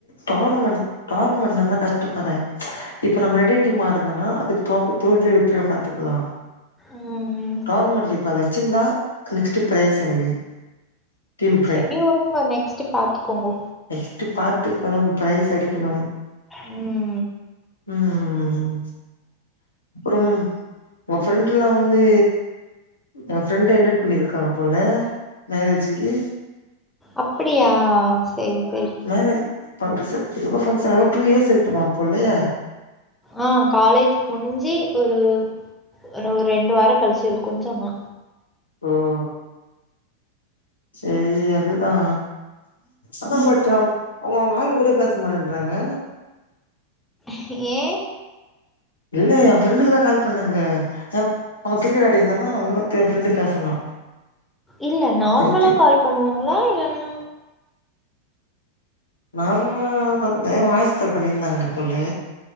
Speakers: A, on the left; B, in the centre.
A: டோரமெண்ட் டோரமெண்ட் நாங்களா கஷ்டபறே இப்ப நம்ம ரெண்டே டீம் ஆட்ரதனா அது தோக் தோல்வியோ வெற்றியோ பாத்துக்கலா
B: ம்.
A: டோர்னமெண்ட்ல இப்ப வெச்சிருந்தா நெக்ஸ்ட் பிரைஸ் எனக்கு டீம்
B: செரி வுடுங்கோ நெக்ஸ்ட்டு பாத்துக்கோங்கோ
A: நெக்ஸ்ட்டு பாத்துக்கனு பிரைஸ் அடிக்கணு
B: ம்
A: ம் ம் அப்றோம் உங்க ஃப்ரெண்டெல்லா வந்து யா ஃப்ரெண்ட் இன்வெட் பண்ணிருக்காக போல மேரேஜிக்கி
B: அப்டியா சேரி சேரி
A: மேரே ஃபங்க்ஷன் சிவோ ஃபங்க்ஷன் லா ட்டூ இயர்ஸ் இருக்குமா போல
B: ஆ காலேஜ் முடிஞ்சி ஒரு ஒரோ ரெண்டு வாரோ கழிச்சி இருக்குனு சொன்னா
A: ம் சேரி அதுதா அதா பட் அவுங்கவுங்க ஆளுங்கூட பேச மாட்டின்றாங்க
B: ஏ
A: இல்ல எ ஃப்ரெண்டுக்கு தா கால் பண்ணாங்க எம் அவ கிரிக்கெட் ஆடிர்ந்தானா உன்னோர்த்தே எ ஃப்ரெண்டு பேசுனா
B: இல்ல நார்மலா
A: எடுத்து
B: கால் பண்ணுவாங்களா இல்லனா
A: நார்மலா இந்த வாய்ஸ் கால் பண்ணியிருந்தாங்க போல